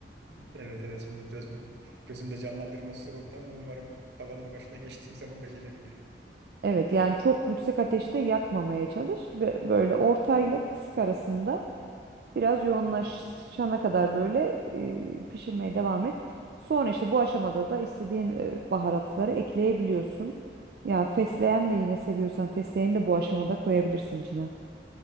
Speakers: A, on the right (about 75°); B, on the right (about 55°).
A: Evet evet şimdi biraz bir gözümde canlandırma soru oldu ama umarım tavanın başına geçtiğim zaman becerebilirim.
B: Evet yani çok yüksek ateşte yakmamaya çalış. Bö- Böyle ortayla kısık arasında biraz yoğunlaşana
A: Hı hı.
B: kadar böyle e, pişirmeye devam et. Sonra işte bu aşamada da istediğin e, baharatları ekleyebiliyorsun. Yani fesleğen de yine seviyorsan fesleğeni de bu aşamada koyabilirsin içine.